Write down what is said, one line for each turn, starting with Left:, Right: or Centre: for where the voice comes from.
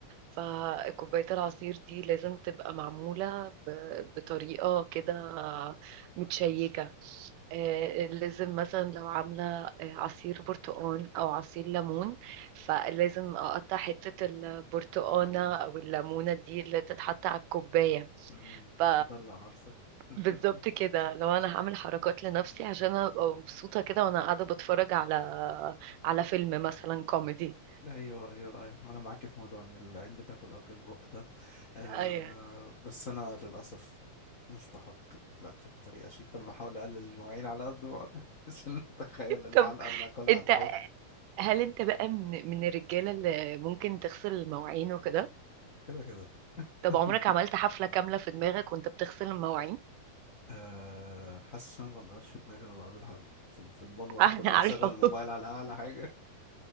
Right: فكوباية العصير دي لازم تبقى معمولة ب- بطريقة كده متشيكة آه، لازم مثلا لو عاملة آه، عصير برتقان أو عصير ليمون فلازم أقطع حتة البرتقانة
Left: ايوه
Right: أو الليمونة دي اللي تتحط على الكوباية
Left: أمم.
Right: ف
Left: دلع نفسك <laughs>
Right: بالظبط كده لو انا هعمل حركات لنفسي عشان أنا ابقى مبسوطه كده وانا قاعده بتفرج على على فيلم مثلا كوميدي
Left: ايوه ايوه ايوه انا معاك في موضوع ان العين بتاكل قبل البق ده أه
Right: ايوه
Left: بس أنا للأسف مش بحط الأكل بطريقة شيك أنا بحاول أقلل المواعين على قد ما أقدر <laughs> عشان أتخيل العلقة
Right: طب
Left: اللي هاكلها
Right: انت
Left: على الحوض
Right: هل انت بقى من من الرجاله اللي ممكن تغسل المواعين وكده
Left: كده كده
Right: طب
Left: <laughs>
Right: عمرك عملت حفله كامله في دماغك وانت بتغسل المواعين
Left: أه حاسس إن أنا ما بعملهاش في دماغي أنا بعملها في في المنور
Right: <laughs> احنا
Left: كله
Right: عارفه
Left: بشغل الموبايل على أعلى حاجة